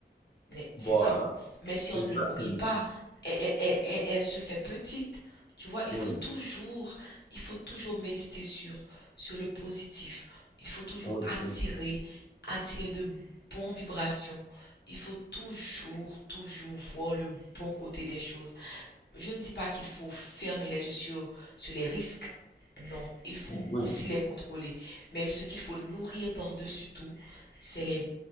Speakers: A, on the left; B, on the left.
A: Mais C'est
B: Voilà,
A: ça. Mais si on
B: exactement.
A: ne le nourrit pas, elle, elle- elle- elle- elle se fait petite. Tu vois, il
B: Oui,
A: faut toujours, il faut toujours méditer sur, sur le positif. Il faut toujours
B: oui,
A: attirer,
B: oui,
A: attirer de bonnes vibrations. Il faut toujours, toujours voir le bon côté des choses. Je ne dis pas qu'il faut fermer les yeux sur, sur les risques. Non, il faut
B: oui,
A: aussi les contrôler. Mais ce qu'il faut nourrir par-dessus tout, c'est les